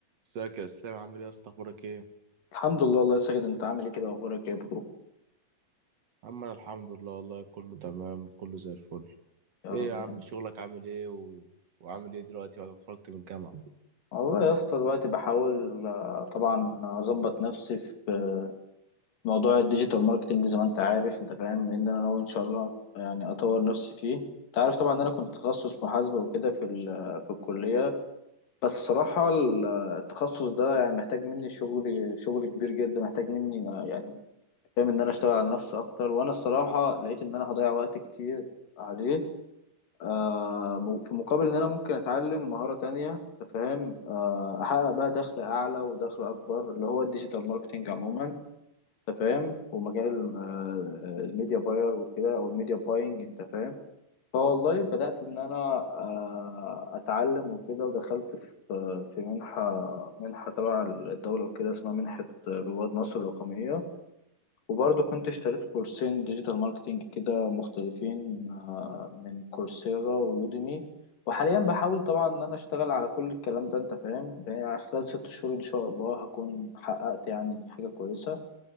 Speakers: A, on the right; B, on the left.
A: ازيك يا اسلام عامل ايه يا اسطى اخبارك ايه
B: الحمد لله الله يا ساجد انت عامل ايه كده اخبارك ايه يا برو
A: عم انا الحمد لله والله كله تمام كله زي الفل
B: يا
A: ايه
B: رب
A: يا
B: دايما
A: عم شغلك عامل ايه و... وعامل ايه دلوقتي بعد ما خرجت من الجامعه
B: والله يا اسطى دلوقتي بحاول آه، طبعا اظبط نفسي في موضوع الديجيتال ماركتنج زي ما انت عارف انت فاهم لان انا ناوي ان شاء الله يعني اطور نفسي فيه انت عارف طبعا ان انا كنت تخصص محاسبة وكده في ال- آه، في الكلية بس صراحة ال- آه، التخصص ده يعني محتاج مني شغل شغل كبير جدا محتاج مني آه، يعني فاهم ان انا اشتغل على نفسي اكتر وانا الصراحة لقيت ان انا هضيع وقت كتير عليه آه، م- في مقابل ان انا ممكن اتعلم مهارة تانية تفهم آه، احقق بقى دخل اعلى ودخل اكبر اللي هو الديجيتال ماركتينج عموما تفهم ومجال ال- آه، الميديا باير وكده او الميديا باينج انت فاهم فوالله بدأت ان انا آه، اتعلم وكده ودخلت في في منحة منحة تبع الدولة وكده اسمها منحة رواد مصر الرقمية وبرضه كنت اشتريت كورسين ديجيتال ماركتينج كده مختلفين آه، من كورسيرا ويوديمي وحاليا بحاول طبعا ان انا اشتغل على كل الكلام ده انت فاهم يعني خلال ست شهور ان شاء الله هكون حققت يعني حاجة كويسة